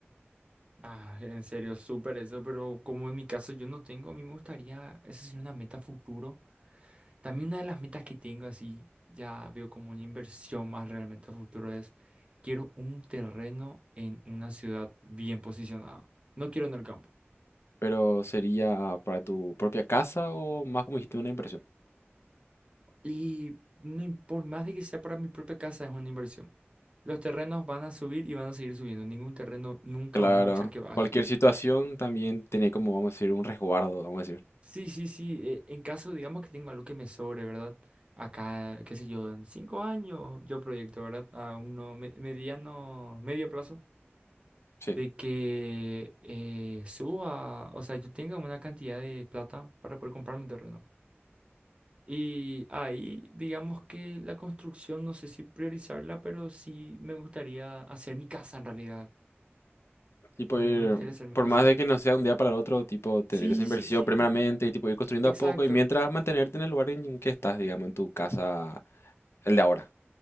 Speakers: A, on the right (about 25°); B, on the left (about 75°).
A: Ah, en serio, súper eso, pero como en mi caso yo no tengo, a mí me gustaría, esa sería una meta futuro, También una de las metas que tengo, así ya veo como una inversión más realmente a futuro, es quiero un terreno en una ciudad bien posicionada. No quiero en el campo.
B: Pero sería para tu propia casa o más como dijiste, una inversión.
A: Y no, im- por más de que sea para mi propia casa, es una inversión. Los terrenos van a subir y van a seguir subiendo. Ningún terreno nunca
B: Claro,
A: vas a escuchar que baje.
B: cualquier situación también tiene como, vamos a decir, un resguardo, vamos a decir.
A: Sí, sí, sí. eh, en caso, digamos que tengo algo que me sobre, ¿verdad? Acá, qué sé yo, en cinco años yo proyecto, ¿verdad? A uno me- mediano, medio plazo.
B: Sí,
A: de que eh, suba, o sea, yo tenga una cantidad de plata para poder comprarme un terreno. Y ahí, digamos que la construcción, no sé si priorizarla, pero sí me gustaría hacer mi casa en realidad.
B: tipo
A: Me,
B: ir,
A: me gustaría hacer mi
B: por
A: casa.
B: más de que no sea un día para el otro, tipo tener
A: Sí,
B: esa inversión
A: sí, sí,
B: primeramente y tipo ir construyendo
A: exacto.
B: a poco y mientras mantenerte en el lugar en que estás, digamos, en tu casa, el de ahora.